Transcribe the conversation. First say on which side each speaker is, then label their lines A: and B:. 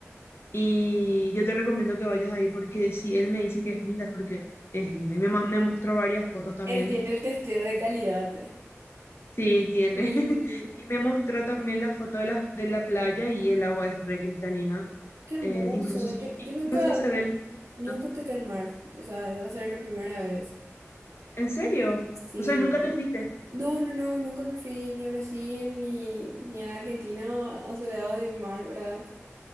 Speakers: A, on the left; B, on the right.
A: y yo te recomiendo que vayas ahí porque si él me dice que es linda es porque es linda. Y me, ma- me mostró varias fotos también.
B: Él tiene el testeo de calidad.
A: Sí, tiene.
B: Sí.
A: <laughs> Y me mostró también la foto de la, de la playa y el agua es re cristalina.
B: Qué hermoso.
A: Eh, incluso,
B: Yo, yo nunca,
A: incluso se ve
B: eh,
A: los... pececitos.
B: nunca toqué el mar. O sea, debo ser la primera vez.
A: ¿En serio?
B: Sí.
A: O sea, nunca te fuiste.
B: No, no, no, nunca me fui ni a Brasil ni, ni a Argentina a su lado de mar, ¿verdad?